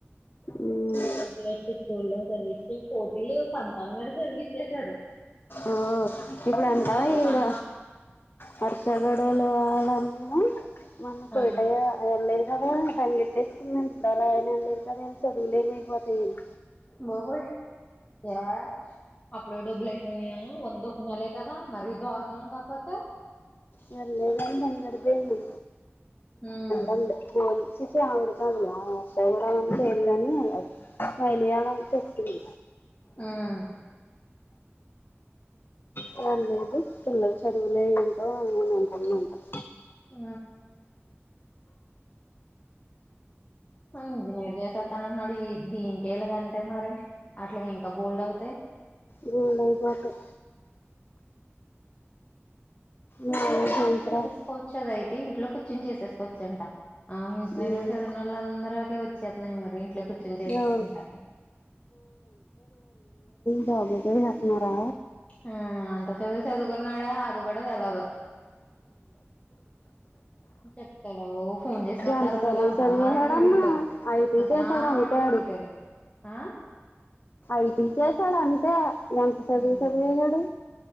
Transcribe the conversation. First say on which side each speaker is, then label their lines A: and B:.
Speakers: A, on the left (about 50°); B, on the left (about 30°).
A: ఉమ్
B: డబ్బులెట్ స్కూల్లో చదివించి పోటీలు పంతని మీద చదివి ఎ సారు
A: ఓ ఇప్పుడ ఎంటా
B: ఒకరు
A: ఇవడ
B: పంతం
A: హర్సగడలో మ మన్న కోట
B: ఆ
A: ఎ కదా పంగెట్టేసుకుందం ఇప్పుడు అలా ఆయన అన్నారుది కదా అలా చదువులేమయిపోతాయిని
B: బబొయి యా అప్పుడు డబ్బుల్యిపోయినాయా వంద ఒక కొ నాల కదా మరీ దారుణం కాపోతే
A: వెళ్ళ వెళ్ల్లి
B: ఉమ్
A: అంట పో ఆవిడ కాదు పోడని లే కాని వెలియాలని చెప్తుంది
B: ఉమ్
A: ప లేదు పిల్లలు చదువులే ఏంటో అ అని అంటున్నా అంటారు
B: ఆ ఇంజనిర్ చేసెత్ తనంట్నాడు ఈ దీనికి కేలగ అంటే మరి అట్లగే ఇంకా బోల్డ్అవుతాయి.
A: గోల్ అయిపోతాయి నాలుగు
B: ఇంట్లో కూర్చుని
A: సంవత్సరాలు
B: చూసేసుకోవచ్చు దయితే ఇంట్లో కుర్ చోన్ చేసేస్కోచ్చు. ఆ ఇంజనీరింగ్
A: ఉమ్,
B: చదివినోలన్దరికి వచ్చేత్తున్నాయి మరి ఇంట్లో కూర్చొని చేసేసుకుంటాకి.
A: ఎవరు <unintelligible> చెత్తున్నారా
B: ఆ అంత చదువే చదువుకున్నాడా అది గూడ తెల్వదు, చెప్తడా ఓ ఫోన్ చేసినప్పుడల్లా
A: ఎంత చదివి
B: అంత
A: చదివేశాడమ్మా
B: మాటుగ అడుగుతాడు
A: ఐటీ
B: అంత
A: చేశాడు
B: మాటుగా
A: అంతే ఆడు
B: అడుగుతాడు ఆ?
A: ఐటీ చేశాడు అంతే ఎంత సదువు
B: ఉమ్
A: సదివేశాడు